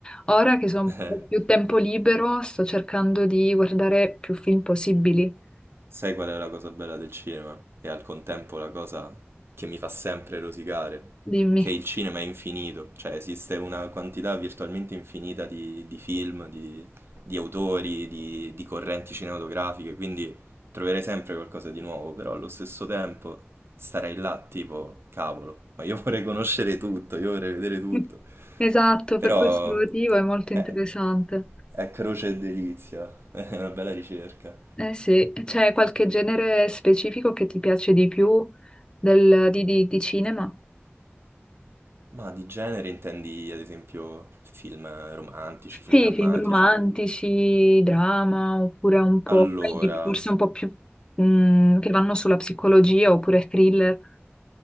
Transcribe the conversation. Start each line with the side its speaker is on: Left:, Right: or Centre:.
Left: ora che sono un
Right: <laughs>
Left: po' più tempo libero, sto cercando di guardare più film possibili.
Right: Sai qual è la cosa bella del cinema? E al contempo la cosa che mi fa sempre rosicare,
Left: Dimmi.
Right: che il cinema è infinito, cioè esiste una quantità virtualmente infinita di, di film, di, di autori, di, di correnti cinematografiche, quindi troverei sempre qualcosa di nuovo, però allo stesso tempo starei là tipo, cavolo, ma io <laughs> vorrei conoscere tutto, io vorrei vedere
Left: <laughs>
Right: tutto,
Left: Esatto,
Right: però
Left: per questo motivo è molto
Right: è,
Left: interessante.
Right: è croce e delizia, <laughs> è una bella ricerca.
Left: Eh sì, c'è qualche genere specifico che ti piace di più del- di, di- di cinema?
Right: Ma di genere intendi ad esempio film romantici, film
Left: Sì,
Right: drammatici?
Left: film romantici, drama, oppure un po',
Right: Allora,
Left: quelli forse un po' più mm, che vanno sulla psicologia, oppure thriller.